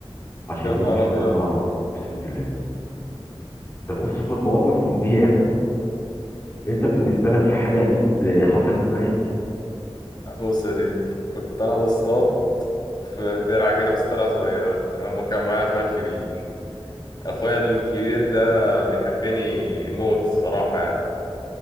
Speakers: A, on the left; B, on the left.
A: عشان
B: يا نهار
A: يجوا يشوفوا
B: أبيض
A: لنا العربية أقسم بالله ده بص خد مواقف من دي ياما أنت بالنسبة لك في حاجة أكيد حصلت معاك
B: بص يا سيدي كنت أنا بصطاد في ترعة كده بس ترعة صغيرة تمام وكان معايا أخويا الكبير أخويا الكبير ده بيحبني موت صراحة يعني